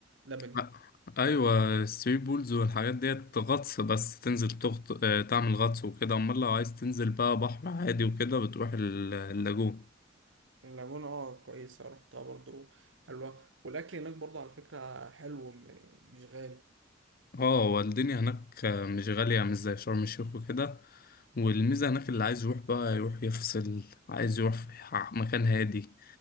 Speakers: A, on the right; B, on the left.
A: لبني
B: أ- ايوه الثري بولز والحاجات ديت غطس بس تنزل تغط... آه، تعمل غطس وكده امال لو عايز تنزل بقى بحر عادي وكده بتروح ال- اللاجون
A: اللاجونة اه كويسة رحتها برضو حلوة والأكل هناك برضو على فكرة حلو م- يعني مش غالي
B: اه هو الدنيا هناك مش غالية مش زي شرم الشيخ وكده والميزة هناك اللي عايز يروح بقى يروح يفصل عايز يروح في ح- مكان هادي